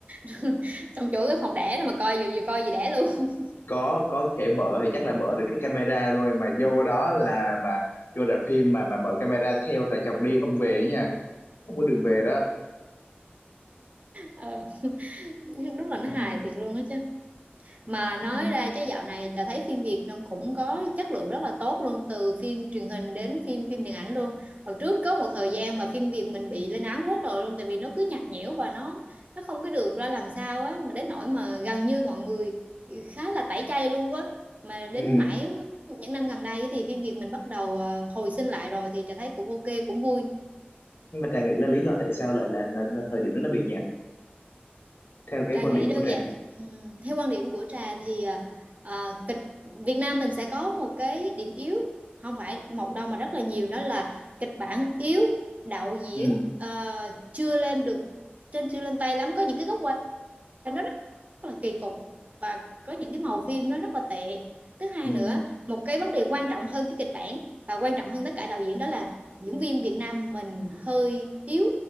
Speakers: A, on the right; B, on the left.
A: <laughs> trong chỗ cái phòng đẻ đó mà coi vừa vừa coi gì đẻ luôn <laughs>
B: có có thể bợ thì chắc là bợ được cái camera thôi mà vô đó là mà vô rạp phim mà mà bợ camera theo là chồng đi không về ấy nha không có đường về đó
A: Ờ, Nhưng đúng là nó
B: ừ.
A: hài thiệt luôn á chứ mà nói
B: Ừ.
A: ra chứ dạo này ta thấy phim Việt nó cũng có chất lượng rất là tốt luôn từ phim truyền hình đến phim phim điện ảnh luôn hồi trước có một thời gian mà phim Việt mình bị lên án hết rồi luôn tại vì nó cứ nhạt nhẽo và nó nó không có được ra làm sao á mà đến nỗi mà gần như mọi người khá là tẩy chay luôn á mà đến
B: Ừ.
A: mãi những năm gần đây thì phim Việt mình bắt đầu ờ, hồi sinh lại rồi thì ta thấy cũng ok cũng vui
B: nhưng mà Trà nghĩ là lý do tại sao lại là, là là thời điểm đó nó bị nhạt theo cái
A: Trà
B: quan
A: nghĩ
B: điểm
A: đơn
B: của Trà
A: giản Ừm, theo quan điểm của Trà thì à, à, kịch Việt Nam mình sẽ có một cái điểm yếu không phải một đâu mà rất là nhiều đó là kịch bản yếu đạo diễn
B: ừ.
A: ờ, chưa lên được trên chưa lên tay lắm có những cái góc nó rất là kỳ cục và có những cái màu phim nó rất là tệ thứ hai
B: Ừ.
A: nữa một cái vấn đề quan trọng hơn cái kịch bản và quan trọng hơn tất cả đạo diễn đó là diễn viên Việt Nam mình hơi yếu